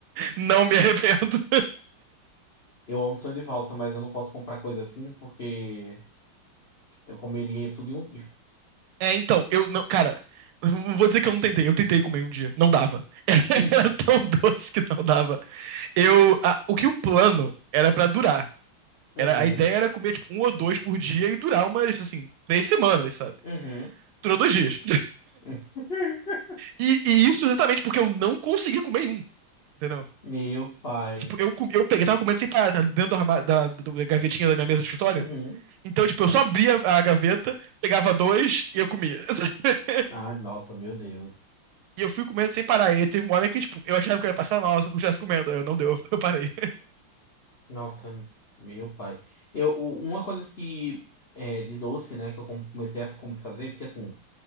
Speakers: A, on the right; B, on the left.
A: Não me arrependo.
B: eu amo sonho de valsa, mas eu não posso comprar coisa assim porque eu comeria tudo em um dia.
A: É, então, eu não, cara, eu não vou dizer que eu não tentei. Eu tentei comer um dia. Não dava. <laughs>
B: <laughs>
A: Era, tão doce que não dava. Eu, a- o que o plano era pra durar.
B: Uhum,
A: Era, a ideia era comer, tipo, um ou dois por dia e durar umas, assim, três semanas, sabe?
B: uhum.
A: Durou dois dias.
B: <laughs>
A: E, e isso exatamente porque eu não consegui comer um, entendeu?
B: Meu pai.
A: Tipo, eu, eu peguei, tava comendo sem parar, tá? dentro do arma- da, da gavetinha da minha mesa de escritório.
B: Uhum.
A: Então, tipo, eu só abria a gaveta, pegava dois e eu comia. <laughs>
B: Ai, nossa, meu Deus.
A: E eu fui comendo sem parar. E teve uma hora que, tipo, eu achava que eu ia passar mal se eu continuasse comendo. Aí eu não deu, <laughs> eu parei.
B: Nossa, meu pai. Eu, o- uma coisa que é, de doce, né, que eu come- comecei a como fazer, porque assim,